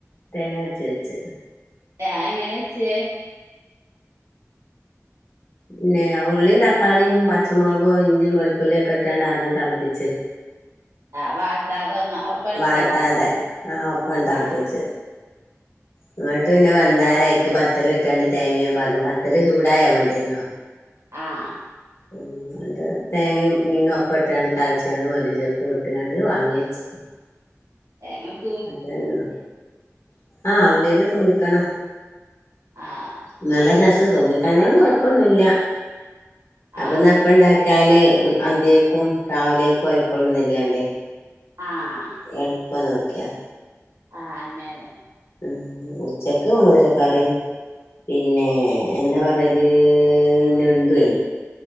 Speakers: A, on the left; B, on the right.
A: തേങ്ങ അരച്ച് വെച്ച്.
B: ഏഹ് അഎങ്ങനെ വച്ചേ?
A: പിന്നെ ഉള്ളിംതക്കാളിം പച്ചമുളകും ഇഞ്ചിയും വെളുത്തുള്ളിം ഒക്കെ ഇട്ടാണ്ട് ആദ്യം തളപ്പിച്ച്
B: ആഹ് വാട്ടാതെ ഒന്ന ഇട്ട്
A: വാട്ടാതെ
B: തിളപ്പിച്ചണ്ട
A: ആഹ് ഒപ്പാണ് തൾപ്പിച്ച്.
B: ആ <inaudible>
A: ഇങ്ങട്ട് പിന്നെ വെന്താലയിക്ക് ബത്തല് ഇട്ടാണ്ട് തേങ്ങിം പാർന്ന് ബത്തല് ചൂടായാ മതിയല്ലോ.
B: ആഹ്
A: ഉം ഇന്നട്ട് തേങ്ങയും മീനും ഒപ്പട്ടാണ്ട് തളച്ചാണ്ട് മല്ലിച്ചെപ്പും ഇട്ട്ങ്ങാണ്ട് വാങ്ങി വെച്ച്.
B: എ ങ്ങട്
A: അത്രെന്നൊള്ളു ആഹ് ഉള്ളീല് തൂമ്പിക്കണം.
B: ആഹ്
A: ഇന്നലെ രസം തോന്നി. കല്യാണം കൊഴപ്പൊന്നുല്ല അപ്പന്നാ
B: ആ
A: ഇപ്പണ്ടാ ക്കാല് അന്തിക്കക്കും രാവിലേക്കും ആയിക്കൊള്ളുംന്നെല്ല്യാണ്ടേ.
B: ആഹ്
A: എൾപ്പം നോക്ക്യാ.
B: ആഹ് അങ്ങനെ
A: ഉം ഉച്ചക്ക് മുതിരക്കറിം പിന്നേ എന്താ പറ്യല് ഞണ്ട്വേനി.